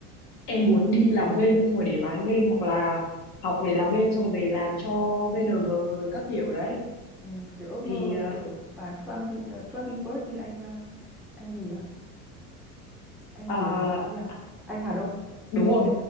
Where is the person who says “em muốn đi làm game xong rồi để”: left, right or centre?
Left